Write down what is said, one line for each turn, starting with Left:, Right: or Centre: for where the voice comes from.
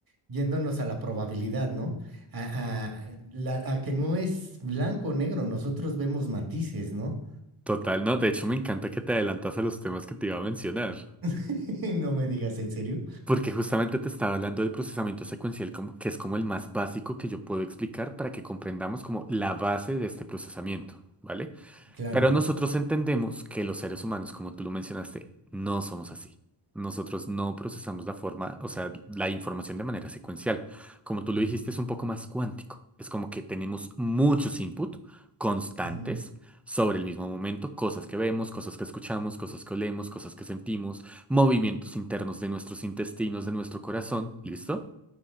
Right: yéndonos a la probabilidad, ¿no? A, a- la- a que no es blanco o negro, nosotros vemos matices, ¿no?
Centre: total, no, de hecho me encanta que te adelantas a los temas que te iba a mencionar,
Right: <laughs> No me digas en serio.
Centre: porque justamente te estaba hablando del procesamiento secuencial, como, que es como el más básico que yo puedo explicar para que comprendamos como la base de este procesamiento, ¿vale?
Right: Claro.
Centre: Pero nosotros entendemos que los seres humanos, como tú lo mencionaste, no somos así. Nosotros no procesamos la forma, o sea, la información de manera secuencial. Como tú
Right: Ujú,
Centre: lo dijiste, es un poco más cuántico. Es como que tenemos muchos input constantes
Right: ujú.
Centre: sobre el mismo momento, cosas que vemos, cosas que escuchamos, cosas que olemos, cosas que sentimos, movimientos internos de nuestros intestinos, de nuestro corazón, ¿listo?